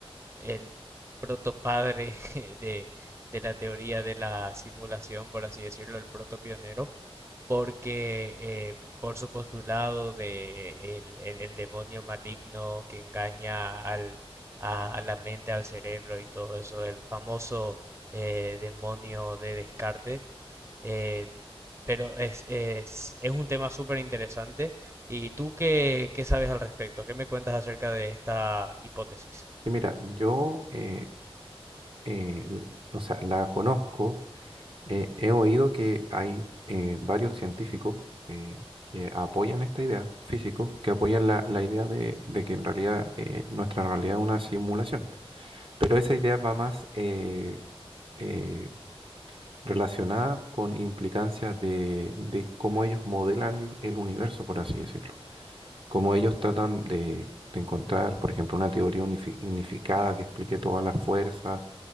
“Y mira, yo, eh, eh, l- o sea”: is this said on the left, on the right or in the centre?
Right